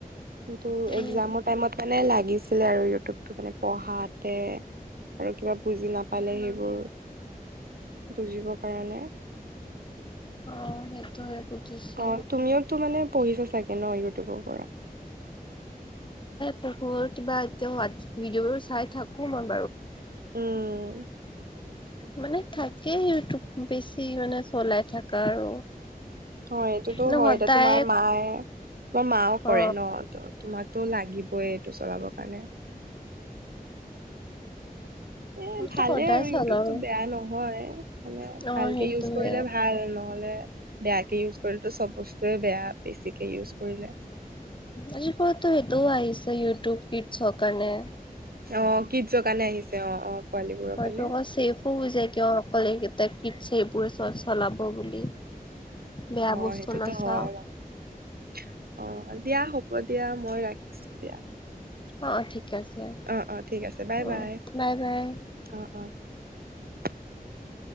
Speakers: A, on the right (about 75°); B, on the left (about 30°).
A: কিন্তু
B: উম
A: এক্জামৰ টাইমত মানে লাগিছিলে আৰু ইউটিউবটো মানে পঢ়াতে আৰু কিবা বুজি নাপালে সেইবোৰ বুজিবৰ কাৰণে
B: অ সেইটোয়ে বুজিছো
A: অ তুমিওতো মানে পঢ়িছা চাগে ন ইউটিউবত
B: ঘৰ কিবা এতিয়া হট ভিডিঅ' চাই থাকো ম।
A: উম।
B: মানে থাকেই ইউটউব বেছি মানে চলাই থাককা আৰু
A: অ', এইটোতো
B: ন
A: হয়
B: সদায়
A: এতিয়া তোমাৰ মায়ে তোমাৰ মাও কৰে
B: অ
A: ন' তোমাক তটো লাগিবই এইটো চলাবৰ কাৰণে। উ
B: মইতো
A: ভালে
B: সদায়
A: আৰু ইউটিউবটো
B: চলাও
A: বেয়া নহয় মানে
B: অ
A: ভালকে
B: সেইটোয়ে
A: ইউজ কৰিলে ভাল নহলে বেয়াকে ইউজ কৰিলেো চব বস্তুৱয়ে বেয়া বেছিকে ইউজ কৰিলে।
B: আজিপতো সেইটোও আহিছে ইউটিউব কিটছৰ কাৰণে।
A: অ কিডছৰ কাৰণে আহিছে অ', অ'। পোৱালীবোৰৰ
B: হয়তো
A: কাৰণে
B: অকল ছেফো হৈ যায় কিয় অকল এইকেইটা সেইবোৰৰে চলাব বুলি বেয়া
A: অ'
B: বস্তু
A: সেইটোতো
B: নাচাও
A: হয় বাৰু অ' দিয়া হ'ব। হ'ব দিয়া মই ৰাখিছো দিয়া।
B: অ', অ', ঠিক। আছে
A: অ', অ', ঠিক আছে বাই
B: অ
A: বাই
B: বাই
A: অ', অ'। <inaudible>